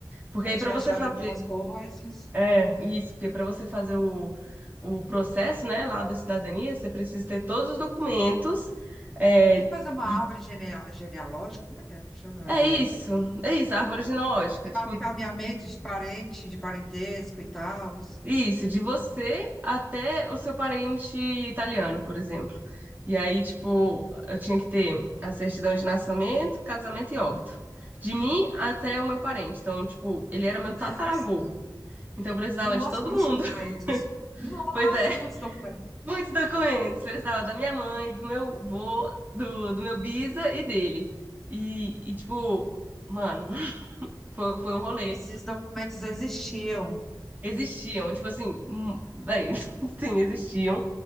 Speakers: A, on the right (about 20°); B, in the centre.
A: porque
B: Já
A: aí
B: tinha
A: pra você
B: achado
A: fazer,
B: algumas coisas.
A: é, isso, porque pra você fazer o, o processo, né, lá da cidadania, você precisa ter todos os documentos, é,
B: Tem que fazer uma
A: de-
B: árvore genea- genealógica, como é que é que chama?
A: é isso,
B: É...
A: é isso, a árvore genealógica.
B: Esse
A: Tipo,
B: mapeamento de parente, de parentesco e tal.
A: Isso, de você até o seu parente italiano, por exemplo. E aí, tipo, eu tinha que ter a certidão de nascimento, casamento e óbito. De mim até o meu parente. Então, tipo, ele era
B: Meu
A: meu
B: Deus.
A: tataravô. Então, eu precisava
B: Nossa,
A: de todo
B: muitos
A: mundo.
B: documentos.
A: <laughs>
B: Nossa,
A: Pois é,
B: muitos documentos.
A: muitos documentos. Precisava da minha mãe, do meu vô, do, do meu bisa e dele. E, e tipo, mano, <laughs> foi, foi um rolê.
B: Esses documentos existiam.
A: Existiam, tipo assim, hum, bem, <laughs> sim, existiam.